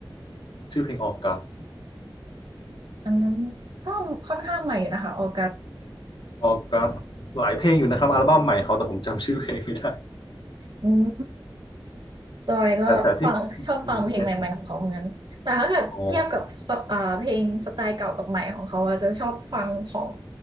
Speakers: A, on the left (about 70°); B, on the right (about 60°).
A: ชื่อเพลงออกัส
B: อันนั้นก็ค่อนข้างใหม่อยู่นะคะออกัส
A: ออกัสหลายเพลงอยู่นะครับอัลบั้มใหม่เขาแต่ผมจำชื่อเพลงไม่ได้
B: อืม จอยก็ฟังชอบฟังเพลงใหม่ๆของเขาเหมือนกันแต่ถ้าเกิดเทียบกับสอ่าเพลงสไตล์เก่ากับใหม่ของเขาอะจะชอบฟังของ
A: แต่แต่ที่มันก็เป็นอ๋อ